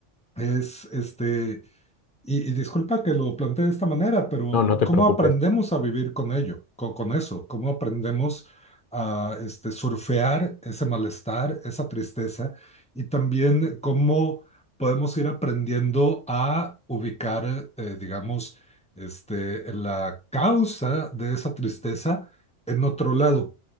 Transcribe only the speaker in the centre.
es este y, y disculpa que lo plantee de esta manera, pero
¿cómo
aprendemos a vivir con ello, co- con, eso? ¿Cómo aprendemos a este, surfear ese malestar, esa tristeza? Y también cómo podemos ir aprendiendo a ubicar, eh, digamos, este, la causa de esa tristeza en otro lado.